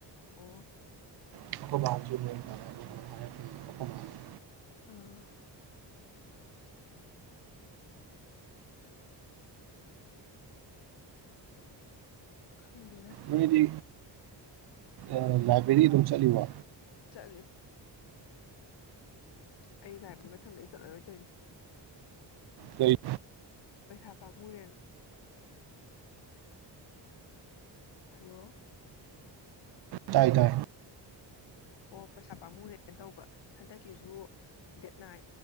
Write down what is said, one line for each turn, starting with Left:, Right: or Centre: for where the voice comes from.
Left: ꯑꯣ
Right: ꯑꯩꯈꯣꯏ ꯕꯥ ꯍꯣꯏꯖꯨ ꯑꯈꯣꯏꯃꯁꯨ
Left: ꯑꯥ ꯈꯪꯗꯦꯗ
Right: ꯅꯣꯏꯗꯤ ꯑꯥ ꯂꯥꯏꯕ꯭ꯔꯦꯔꯤ ꯑꯗꯨꯝ ꯆꯠꯂꯤꯕ
Left: ꯆꯠꯂꯤ ꯑꯩ ꯂꯥꯏꯕꯔꯤ ꯃꯊꯪꯗꯩ ꯆꯠꯂꯔꯣꯏ ꯇꯣꯏꯅꯤ
Right: ꯀꯔꯤ
Left: ꯄꯩꯁꯥ ꯄꯥꯝꯃꯨꯔꯦꯅ ꯍꯜꯂꯣ
Right: ꯇꯥꯏ ꯇꯥꯏ
Left: ꯑꯣ ꯄꯩꯁꯥ ꯄꯥꯝꯃꯨꯔꯦꯅ ꯇꯧꯕ ꯍꯟꯗꯛꯀꯤꯖꯨ ꯗꯦꯠ ꯅꯥꯏꯟ